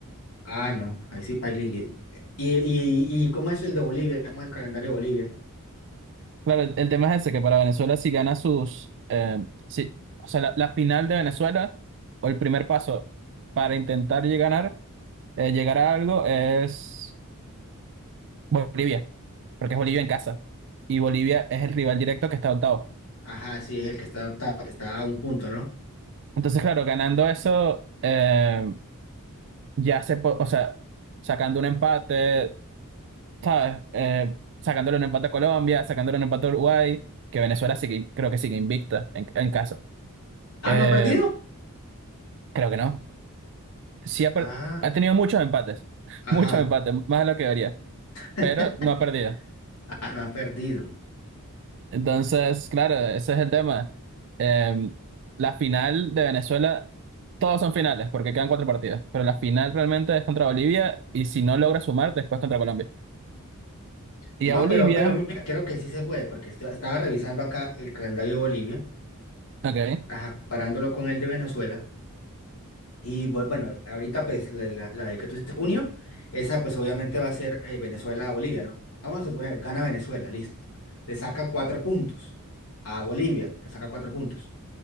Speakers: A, on the left; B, on the right.
A: Ah, no, ahí sí, Pailín. ¿Y, y, y cómo es el de Bolivia? ¿Cómo es el calendario de Bolivia?
B: Claro, el, el tema es ese, que para Venezuela si gana sus... eh, si- o sea, la, la final de Venezuela, o el primer paso para intentar llegar, a ganar, eh, llegar a algo es Bolivia, porque es Bolivia en casa. Y Bolivia es el rival directo que está octavo.
A: Ajá, sí, es el que está octavo, que está a un punto, ¿no?
B: Entonces, claro, ganando eso, eh, ya se... po- O sea, sacando un empate, ¿sabes? Eh, sacándole un empate a Colombia, sacándole un empate a Uruguay, que Venezuela sí que, creo que sigue invicta en, en casa.
A: Ah,
B: Eh,
A: ¿no ha perdido?
B: creo que no. Sí ha,
A: Ah,
B: per- ha tenido muchos empates, <laughs>
A: ajá.
B: muchos empates, más de lo que debería,
A: <laughs>
B: pero no ha perdido.
A: Ah, no ha perdido.
B: Entonces, claro, ese es el tema. Eh, la final de Venezuela, todos son finales, porque quedan cuatro partidos, pero la final realmente es contra Bolivia y si no logra sumar, después contra Colombia. Y
A: No,
B: a Bolivia,
A: pero, pero mira, creo que sí se puede, porque est- estaba revisando acá el calendario de Bolivia
B: ok,
A: ajá, parándolo con el de Venezuela. Y bu- bueno, ahorita pues la, la- la de que tú dices, junio, esa pues obviamente va a ser eh, Venezuela-Bolivia, ¿no? Vamos a suponer, gana Venezuela, listo. Le saca cuatro puntos a Bolivia, le saca cuatro puntos.